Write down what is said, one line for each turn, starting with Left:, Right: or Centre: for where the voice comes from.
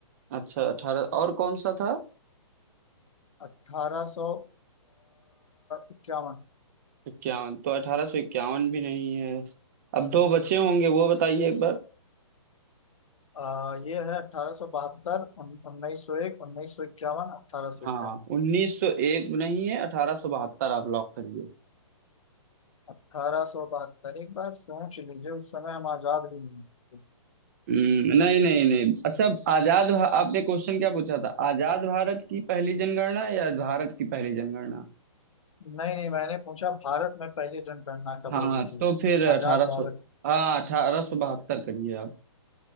Right: अच्छा अठारह और कौन सा था
Left: अठारह सौ इक्यावन
Right: इक्यावन तो अठारह सौ इक्यावन भी नहीं है अब दो बचे होंगे वो बताइए एक बार
Left: अ, ये है अठारह सौ बहत्तर उन्नीस सौ एक उन्नीस सौ इक्यावन अठारह सौ
Right: हाँ
Left: इक्यावन
Right: उन्नीस सौ एक नहीं है अठारह सौ बहत्तर आप लॉक करिए
Left: अठारह सौ बहत्तर एक बार सोच लीजिए उस समय हम आजाद भी नहीं थे
Right: हम्म, नहीं नहीं नहीं अच्छा आजाद भा- आपने क्वेश्चन क्या पूछा था आजाद भारत की पहली जनगणना या भारत की पहली जनगणना
Left: नहीं नहीं मैंने पूछा भारत में पहली जनगणना कब
Right: हाँ
Left: हुई थी
Right: तो फिर अठारह
Left: आजाद भारत
Right: सौ हाँ अठारह सौ बहत्तर करिए आप